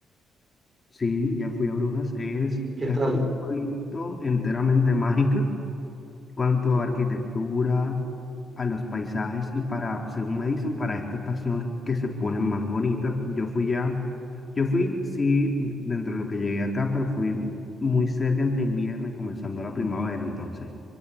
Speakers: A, on the left (about 30°); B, on the right (about 30°).
A: Sí, ya fui a Brujas. Es,
B: ¿Y qué
A: es
B: tal?
A: como un pueblito enteramente mágico. cuanto
B: Sí.
A: a arquitectura, a los paisajes y para, según me dicen, para esta estación es que se ponen más bonitas Yo fui ya, yo fui, sí, dentro de lo que llegué acá, pero fui muy cerca entre invierno y comenzando la primavera, entonces